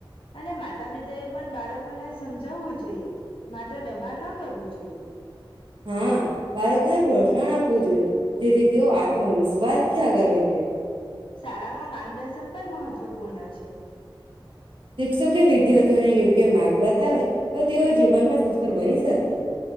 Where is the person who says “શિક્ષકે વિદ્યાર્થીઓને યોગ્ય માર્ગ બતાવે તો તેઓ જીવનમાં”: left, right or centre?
Right